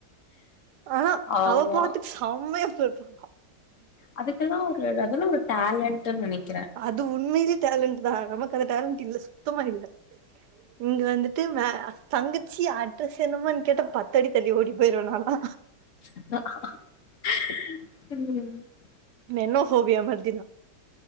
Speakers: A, on the right (about 70°); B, on the left (about 50°).
A: ஆனா
B: ஆமா
A: அவ பாத்துக்கு சம்மையா <unintelligible>
B: அதுக்கெல்லா ஒரு அதுல்லா ஒரு டேலன்ட்ன் நெனைக்
A: அது உண்மையிலே டேலண்ட்தா நமக்கு அந்த டேலண்ட் இல்ல சுத்தமா இல்ல இங்கு வந்துட்டு வெ தங்கச்சி அட்ரஸ் என்னமான் கேட்டா பத்தடி தள்ளி ஓடி போயிருவ நாலா
B: ம்
A: நெனோபோஃபியா மாதிரி தா